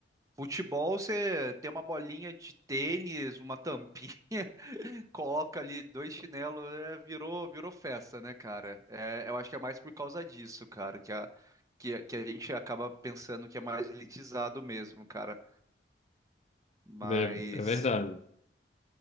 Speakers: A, on the right; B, on the left.
A: Futebol, você tem uma bolinha de tênis, uma tampinha, <laughs> coloca ali dois chinelos, é, virou, virou festa, né, cara? É, eu acho que é mais por causa disso, cara, que a, que, a- que a gente acaba pensando que é mais elitizado mesmo, cara. Mas.
B: É, é verdade.